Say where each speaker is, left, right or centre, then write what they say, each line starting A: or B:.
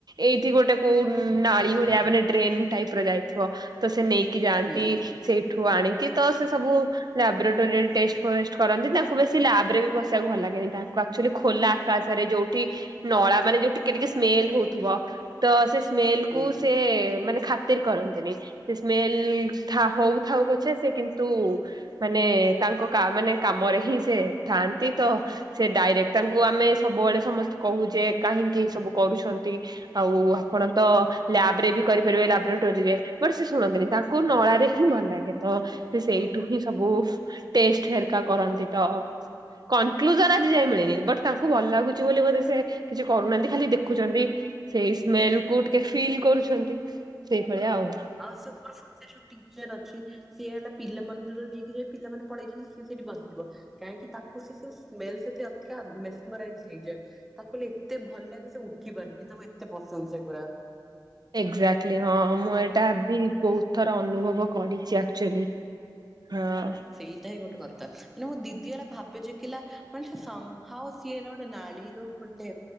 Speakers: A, on the right; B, in the centre.
A: ଏଇଠି ଗୋଟେ କୋଉ ନାଳ ଭଳିଆ ମାନେ ଡ୍ରେନ୍ ଟାଇପ ର ଯାଇଥିବ ତ ସେ ନେଇକି କି ଯାଆନ୍ତି
B: ହୁଁ
A: ସେଇଠୁ ଆଣିକି ତ ସେ ସବୁ ଲାବୋରେଟୋରୀରେ ଟେଷ୍ଟ ଫଷ୍ଟ କରନ୍ତି ତାଙ୍କୁ ବେଶୀ ଲବ୍ରରେ ବି ବସିବାକୁ ଭଲ ଲାଗେନି ତାଙ୍କୁ ଆକ୍ଚୁଆଲି ଖୋଲା ଆକାଶ ଯୋଉଠି ନଳା ମାନେ ଯୋଉ ଟିକେ ଟିକେ ସ୍ମେଲ ହୋଉଥିବ। ତ ସେ ସ୍ମେଲ
B: ହୁଁ
A: କୁ ସେ ମାନେ ଖା ଖାତିର କରନ୍ତିନି ସେ ସ୍ମେଲ ହଉଥାଉ ପଛେ ସେ କିନ୍ତୁ ମାନେ ମାନେ କାମରେ ହିଁ ସେ ଥାନ୍ତି ତ ସେ ଡାଇରେକ୍ଟ ତାଙ୍କୁ ଆମେ ସବୁବେଳେ ସମସ୍ତେ କହୁଛ କାହିଁକି ସବୁ କରୁଛନ୍ତି। ଆଉ ଆପଣ ତ ଲ୍ୟାବ ରେ ବି କରିପାରିବେ ଲାବୋରେଟୋରୀରେ ମୋରେ ସେ ଶୁଣନ୍ତିନି ତାଙ୍କୁ
B: ହୁଁ
A: ନଳାରେ ହିଁ ଭଲ ଲାଗେ। ତ ସେ ସେଇଠୁ ହିଁ ସବୁ ଟେଷ୍ଟ ଫରକା କରନ୍ତି ତ। କନକ୍ଲୁଜନ ଆଜି ଯାଇ ମିଳିନି ବଟ ତାଙ୍କୁ ଭଲ ଲାଗୁଛି ବୋଲି ବୋଧେ ସେ କିଛି କରୁନାହାନ୍ତି ଖାଲି ଦେଖୁଛନ୍ତି। ସେଇ ସ୍ମେଲ କୁ ଟିକେ ଫିଲ୍ କରୁଛନ୍ତି ସେଇଭଳିଆ ଆଉ।
B: ଆଉ ସେ ଉପର ସେ ଯୋଉ ଟିଚର ଅଛି ସିଏ ହେଲା ପିଲାମାନଙ୍କୁ ଯ ନେଇକି ଯାଇ ପିଲାମାନେ ପଳେଇଛନ୍ତି ସେଠି ବସିଥିବ କାହିଁକି ତାକୁ ସେ ସ୍ମେଲ ସେତି ଅଧିକାଇ ମେଶ୍ମଲାଇଜ ହେଇଯାଏ। ତାକୁ କହିଲଲେ ଏତେ ଭଲ ଲାଗେ ସେ ଉଠି ପାରେନି ତାକୁ ଏତେ ପସନ୍ଦ ସେଗୁରା।
A: ଏକ୍ଜାକ୍ଟଲି ହଁ ମୁଁ ଏଇଟା ବହୁତ ଥର ଅନୁଭବ କରିଛି ଆକ୍ଚୁଆଲି ହଁ
B: ସେଇଟା ହିଁ ଗୋଟେ କ ମାନେ ମୋ ଦିଦି ହେଲା ଭାବେ ଯେ କିଲା ମାନେ ସେ ସମ୍ଭଓ ସିଏ ହେଲା ଗୋଟେ ନଳୀରୁ ଗୋଟେ